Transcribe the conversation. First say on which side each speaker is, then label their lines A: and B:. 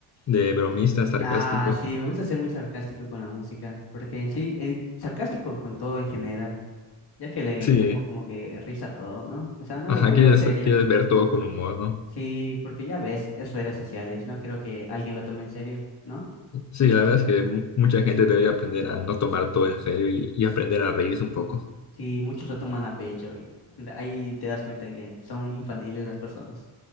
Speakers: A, on the left; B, on the left.
A: de bromista sarcástico.
B: Ah, sí, me gusta ser muy sarcástico con la música, porque en sí, en- sarcástico con todo en general, ya que le
A: Sí,
B: tomo como que risa a todo, ¿no? O sea, no
A: ajá,
B: le veo
A: quieres,
B: serio.
A: quieres ver todo con humor, ¿no?
B: Sí, porque ya ves, es redes sociales, no quiero que alguien lo tome en serio, ¿no?
A: Sí, la verdad es que mu- mucha gente debería aprender a no tomar todo en serio y, y aprender a reírse un poco.
B: Sí, muchos lo toman a pecho y ahí te das cuenta de que son infantiles las personas.